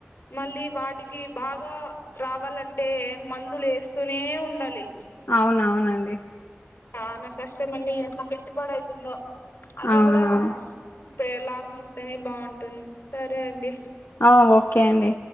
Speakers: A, on the left; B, on the left.
A: మళ్ళీ వాటికి బాగా రావాలంటే మందులు ఏస్తూనే ఉండాలి.
B: అవునవునండి
A: చానా కస్టమండి ఎంత పెట్టుబడి అయితుందొ అది
B: అవునవును
A: కూడా పేర్లభం వస్తేనే బాగుంటుంది సరే అండి
B: ఆ ఒకే అండి